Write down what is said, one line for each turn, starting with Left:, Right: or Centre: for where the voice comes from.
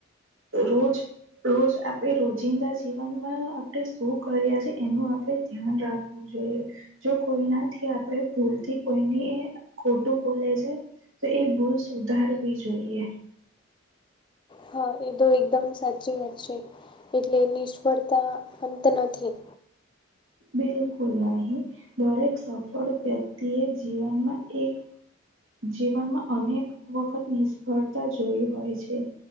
Right: રોજ રોજ આપડે રોજિંદા જીવનમાં આપણે શું કર્યા છે એનું આપડે ધ્યાન રાખવું. જોઈ જો કોઈનાથી આપણે ભૂલથી કોઈની ખોટું બોલે છે તો એ ભૂલ સુધારવી જોઈએ.
Left: હા એ તો એકદમ સાચી વાત છે એટલે નિષ્ફળતા અંત નથી
Right: બિલકુલ નહી દરેક સફળ વ્યક્તિ એ જીવનમાં એક જીવનમાં અનેક વખત નિષ્ફળતા જોઈ હોય છે.